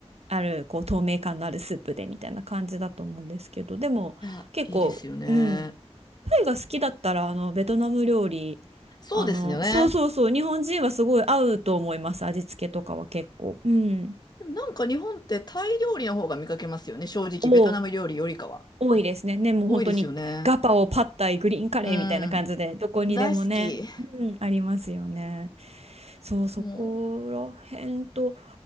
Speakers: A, on the right; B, on the left.
A: あるこう透明感のあるスープでみたいな感じだと思うんですけどでも結構うん
B: や、いいですよね。
A: タイが好きだったらあのベトナム料理あのそうそうそう日本人はすごい合うと思います味付けとかは結構うん
B: そうですよね。でもなんか日本ってタイ料理の方が見かけますよね。正直、
A: お
B: ベトナム料理よりかは。
A: 多いですねねもう本当にガパオパッタイグリーンカレーみたいな感じでどこにでもね、
B: 多いですよね。うん。大好き。
A: うん、ありますよねそうそこら辺と
B: もう、